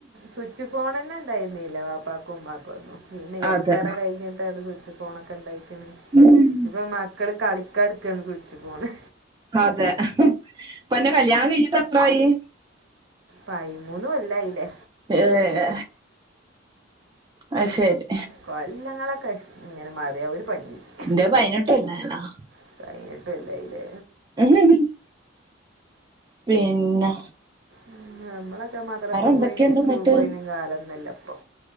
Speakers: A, on the right; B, on the right.
A: സ്വിച്ച് ഫോൺ തന്നെ ഒണ്ടായിരുന്നില്ല്യ വാപ്പാക്കും ഉമാക്കൊന്നും പിന്നെ എത്ര
B: അതെ
A: കയിഞ്ഞിട്ടാണ് ഇത് സ്വിച്ച് ഫോണൊക്കെ ഇണ്ടായിക്ക്യാണേ
B: ഉം
A: ഇപ്പൊ മക്കള് കളിക്കാൻ എട്ക്കാണ് സ്വിച്ച് ഫോണ്
B: അതെ ഇപ്പം അൻ്റെ കല്ല്യാണം എത്ര ആയി
A: പൈയ് മൂന്ന് കൊല്ലായില്ലേ
B: യെ ആയ് ശെരി
A: കൊല്ലങ്ങളൊക്കെ ഷ് ഇങ്ങനെ മറി <unintelligible>
B: ഇന്റെ പൈനായിട്ട്അല്ലേന <unintelligible>
A: <unintelligible> പൈനെട്ട് കൊല്ലായില്ലേ
B: <unintelligible> പിന്ന്യാ
A: ഉം നമ്മളൊക്കെ മദ്രാസ്
B: എന്തൊക്കെയുണ്ട്
A: പോയി നീ സ്കൂള്
B: എന്നിട്ട്
A: പോയിന്നീ കാലം ഒന്നും അല്ല ഇപ്പൊ